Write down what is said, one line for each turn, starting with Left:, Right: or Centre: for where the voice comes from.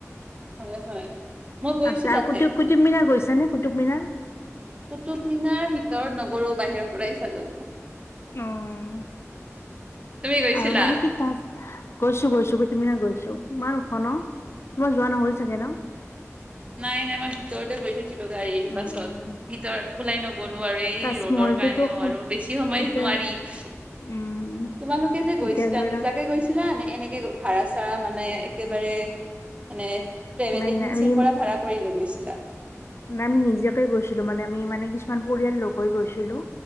Right: হয় হয় মই গৈছো
Left: আচ্ছ আৰু
Right: তাতে
Left: কুটুম কুটুব মিনাৰ গৈছা নে কুটুব মীনাৰ
Right: কুতুব মিনাৰ ভিতৰত নগলো বাহিৰৰ পৰাই চালো
Left: উম
Right: তুমি গৈছিলা?
Left: আৰু মানে কি তা গৈছো গৈছো গ তুমিনা গৈছো ইমান ওখ ন তোমাৰ যোৱা নহ'ল চাগে ন <unintelligible>
Right: নাই নাই আমাৰ ভিতৰতে <unintelligible> ছিলো গাড়ীৰ
Left: ন
Right: বাছত ভিতৰত ওলাই নগলো আৰু এই
Left: তাজমহলটোতো
Right: ৰ'দৰ কাৰণেও আৰু বেছি সময়
Left: এতিয়া
Right: ন ৰী <unintelligible>
Left: উম
Right: তোমালোকে যে গৈছিলা
Left: এতিয়া ধৰা
Right: নিজাকে গৈছিলা নে এনেকে ভাড়া চাড়া মানে একেবাৰে মানে ট্ৰেভেল
Left: নাই
Right: এজেঞ্চিৰ
Left: নাই আমি
Right: পৰা ভাড়া কৰি লৈ গৈছিলা?
Left: নাই আমি নিজাকে গৈছিলো মানে আমি মানে কি কিছুমান পৰিয়াল লগ হৈ গৈছিলো